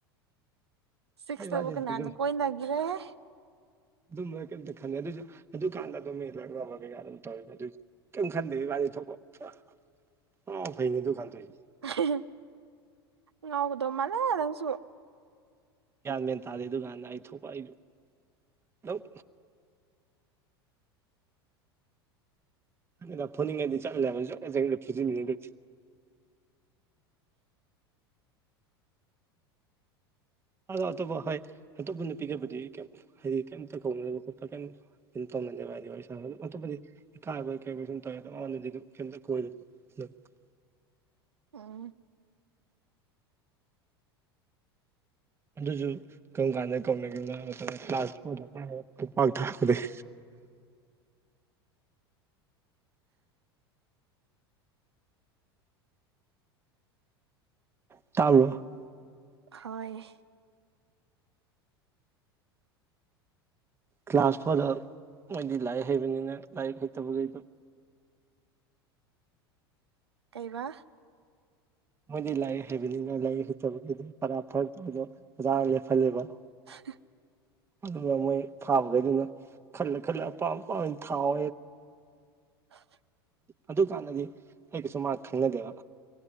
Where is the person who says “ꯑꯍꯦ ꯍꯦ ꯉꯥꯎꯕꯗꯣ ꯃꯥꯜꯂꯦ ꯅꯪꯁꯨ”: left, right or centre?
Right